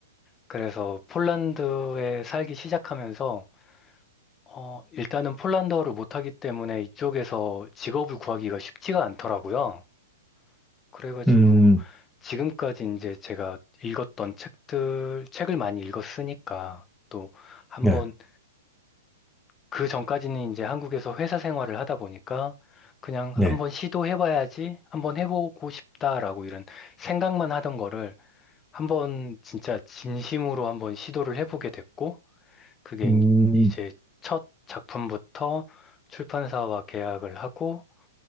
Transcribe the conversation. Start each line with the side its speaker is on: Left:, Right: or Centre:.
Left: 그래서 폴란드에 살기 시작하면서, 어, 일단은 폴란드어를 못하기 때문에 이쪽에서 직업을 구하기가 쉽지가 않더라고요. 그래가지고
Centre: 음,
Left: 지금까지 이제 제가 읽었던 책들, 책을 많이 읽었으니까 또 한번
Centre: 네.
Left: 그 전까지는 이제 한국에서 회사 생활을 하다 보니까 그냥
Centre: 네.
Left: 한번 시도해봐야지, 한번 해보고 싶다라고 이런 생각만 하던 거를 한번 진짜 진심으로 한번 시도를 해보게 됐고 그게
Centre: 음,
Left: 이제 첫 작품부터 출판사와 계약을 하고